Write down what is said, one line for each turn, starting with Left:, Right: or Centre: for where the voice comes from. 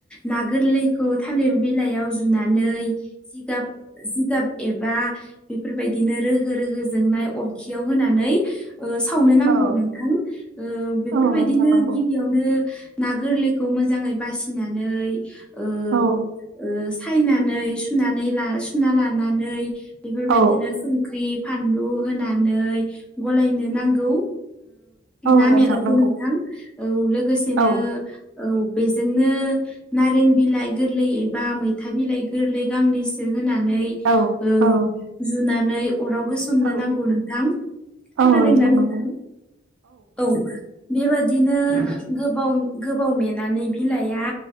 Centre: ना गोरलैखौ थालिर बिलायाव जुनानै जिगाब जिगाब एबा बेफोरबायदिनो रोहो रोहो जोंनाय अरखियाव होनानै ओ सावनो नांगौ
Right: औ
Centre: नोंथां ओ बेफोरबायदिनो
Right: औ नोंथां नंगौ
Centre: गिबिया यावनो ना गोरलैखौ मोजाङै बासिनानै ओ-ओ
Right: औ
Centre: सायनानै सुनानै ला सुना लानानै बेफोरबायदिनो
Right: औ
Centre: संख्रि फानलु होनानै गलायनो नांगौ
Right: औ
Centre: ना
Right: नोंथां
Centre: मेनायखौ
Right: नंगौ
Centre: नोंथां औ लोगोसेनो
Right: औ
Centre: औ बेजोंनो नारें बिलाइ गोरलै एबा मैथा बिलाइ गोरलै गांनैसो होनानै
Right: औ
Centre: ओ
Right: औ
Centre: जुनानै अराव होसोमनो
Right: औ
Centre: नांगौ नोंथां
Right: औ
Centre: खोनादोंना नोंथां
Right: नंगौ
Centre: औ बेबादिनो गोबाव गोबाव मेनानै बिलाया